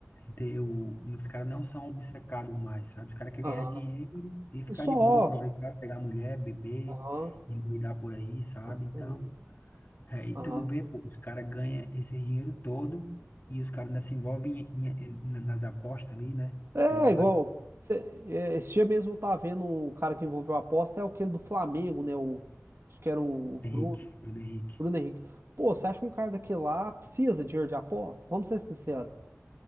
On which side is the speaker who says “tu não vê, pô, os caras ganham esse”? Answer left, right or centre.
Left